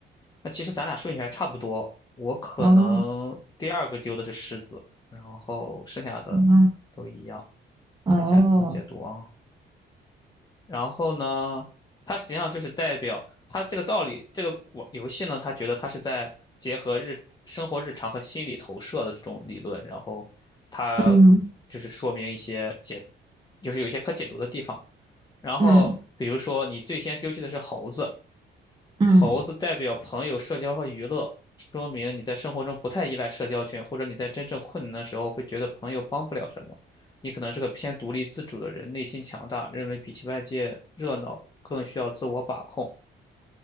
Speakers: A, on the left; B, on the right.
A: 那其实咱俩顺序还差不多，我可能第二个丢的是狮子，
B: 哦，
A: 然后剩下的都一样。
B: 嗯，哦，
A: 看一下怎么解读啊。然后呢，它实际上就是代表它这个道理，这个玩游戏呢，他觉得它是在结合日生活日常和心理投射的这种理论，然后它
B: 嗯，
A: 就是说明一些解，就是有一些可解读的地方。然后比如说你最先丢弃的是猴子，
B: 嗯，嗯，
A: 猴子代表朋友、社交和娱乐，说明你在生活中不太依赖社交圈，或者你在真正困难的时候会觉得朋友帮不了什么。你可能是个偏独立自主的人，内心强大，认为比起外界热闹更需要自我把控。